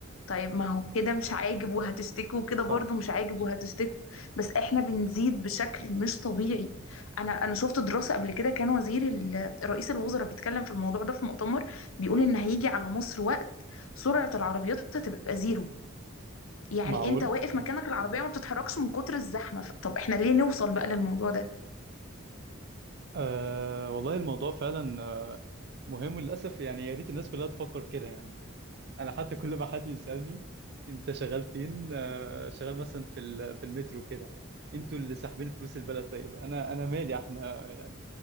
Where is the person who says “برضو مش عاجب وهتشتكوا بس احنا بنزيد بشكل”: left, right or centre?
Left